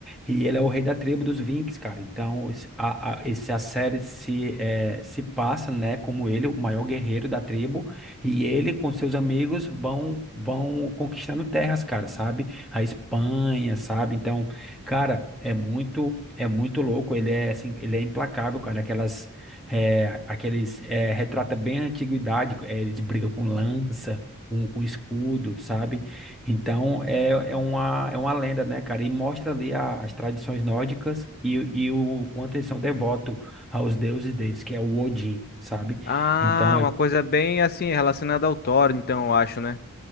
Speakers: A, in the centre; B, on the left.
A: e ele é o rei da tribo dos Vinks, cara. Então, esse- a, a, esse, a série se, eh, se passa, né, como ele, o maior guerreiro da tribo, e ele com seus amigos vão, vão conquistando terras, cara, sabe? A Espanha, sabe? Então, cara, é muito, é muito louco, ele é, assim, ele é implacável, cara, aquelas é, aqueles é, retrata bem a antiguidade, é, eles brigam com lança, com, com escudo, sabe? Então é, é uma, é uma lenda, né, cara? E mostra ali a- as tradições nórdicas e, e o quanto eles são devotos aos deuses deles, que é o Odin, sabe?
B: Ah,
A: Então
B: uma
A: é,
B: coisa bem, assim, relacionada ao Thor, então, eu acho, né?